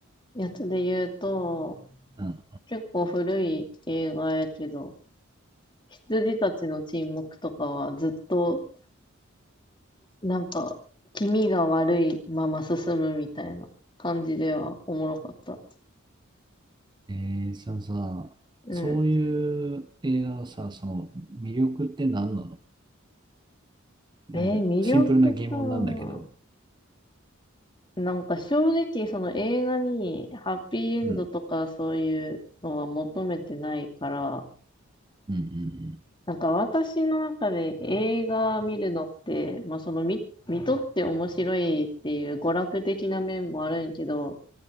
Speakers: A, on the left; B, on the right.
A: やつで言うと、
B: うん
A: 結構古い映画やけど、羊たちの沈黙とかはずっと、なんか、気味が悪いまま進むみたいな感じではおもろかった。
B: えー、そのさ、
A: うん。
B: そういう映画のさ、その魅力って何なの
A: えー魅力か。
B: なんかシンプルな疑問なんだけど。
A: なんか正直その映画にハッピーエンドとかそういうのは求めてないから、
B: うんうんうん
A: なんか私の中で映画見るのって、まあその見、見とって面白いっていう娯楽的な面もあるんやけど、